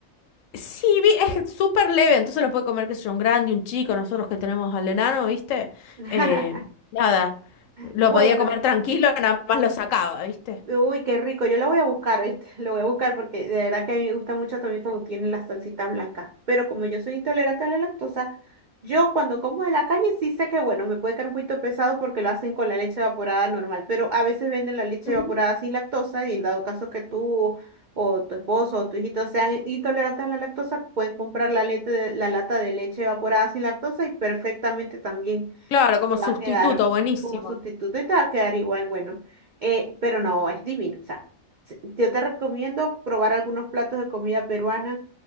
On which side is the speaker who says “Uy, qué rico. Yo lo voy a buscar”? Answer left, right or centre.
Right